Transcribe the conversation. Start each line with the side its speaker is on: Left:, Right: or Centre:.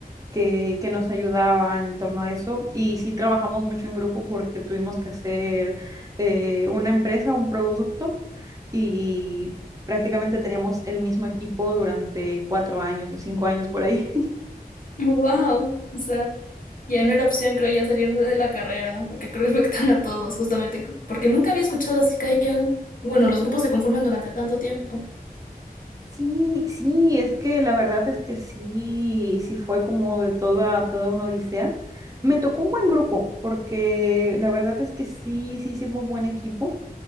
Right: que, que nos ayudaban en torno a eso y sí trabajamos mucho en grupo porque tuvimos que hacer eh, una empresa, un producto y prácticamente teníamos el mismo equipo durante cuatro años o cinco años por ahí. <laughs>
Left: Wow, o sea, ya no era opción, creo, ya salirse de la carrera, porque creo que afectan a todos, justamente, porque nunca había escuchado así que hayan, bueno, los grupos se conforman durante tanto tiempo.
Right: Sí, sí, es que la verdad es que sí, sí fue como de toda, toda una odisea. Me tocó un buen grupo, porque la verdad es que sí, sí hicimos buen equipo.